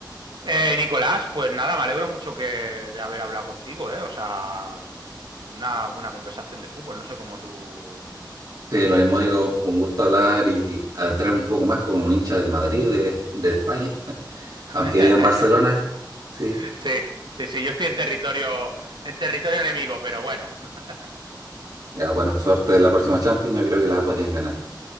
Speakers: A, on the right; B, on the right.
A: eh, Nicolás, pues nada, me alegro mucho que de haber hablado contigo, ¿eh? O sea, una buena conversación de fútbol, no sé cómo tú...
B: Sí,
A: Mm.
B: lo mismo digo, un gusto hablar y adentrar un poco más con un hincha del Madrid de, de España, <laughs>
A: <laughs>
B: aunque viva en Barcelona, sí.
A: Sí, sí, sí, yo estoy en territorio, en territorio enemigo, pero bueno. <laughs>
B: Ya bueno, suerte de la próxima Champions, yo creo que la podrían ganar.